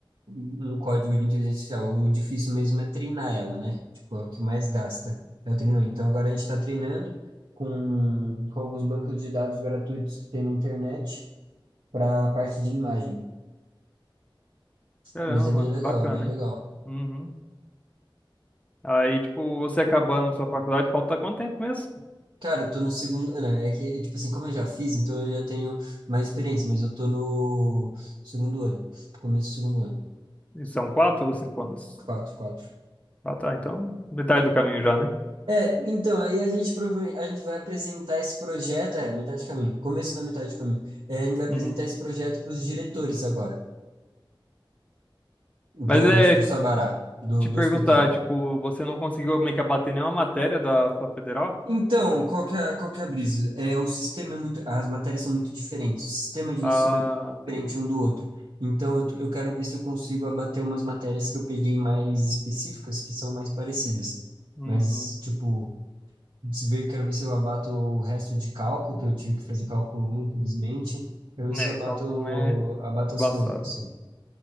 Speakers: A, on the right; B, on the left.
A: um código de inteligência artificial. O difícil mesmo é treinar ela, né? Tipo, é o que mais gasta, é o treinamento. Então agora a gente está treinando com, com alguns bancos de dados gratuitos que tem na internet para a parte de imagem.
B: Caramba,
A: Mas é bem
B: mano,
A: legal,
B: bacana,
A: é bem legal.
B: hein? Uhum. Aí, tipo, você acabando sua faculdade, falta quanto tempo mesmo?
A: Cara, eu tô no segundo. né, É que, é, tipo assim, como eu já fiz, então eu já tenho mais experiência, mas eu tô no segundo ano, começo do segundo ano.
B: São quatro ou cinco anos?
A: Quatro, quatro.
B: Ah, tá, então, metade do caminho já, né?
A: É, então, aí a gente provavelmente a gente vai apresentar esse projeto, é, metade de caminho, começo da metade de caminho. É, a gente vai apresentar
B: Uhum.
A: esse projeto para os diretores agora, do,
B: Mas é.
A: do Sabará, do,
B: te
A: do
B: perguntar,
A: hospital.
B: tipo, você não conseguiu meio que abater nenhuma matéria da sua federal?
A: Então, qual que é, qual que é a brisa? É, o sistema é muito, as matérias são muito diferentes, o sistema de
B: Ah,
A: ensino é muito
B: peguei.
A: diferente um do outro. Então, eu, eu quero ver se eu consigo abater umas matérias que eu peguei mais específicas, que são mais parecidas.
B: Uhum.
A: Mas, tipo, se ver, quero ver se eu abato o resto de cálculo, que eu tive que fazer cálculo 1, infelizmente. Quero ver se
B: É,
A: eu abato,
B: cálculo um é
A: abato
B: embaçado.
A: as coisas, sim.